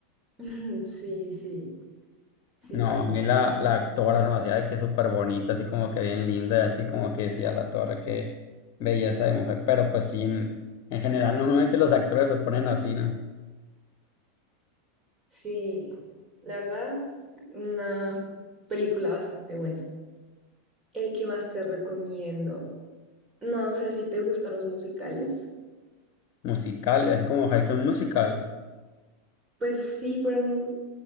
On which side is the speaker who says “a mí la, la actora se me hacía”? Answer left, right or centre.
Left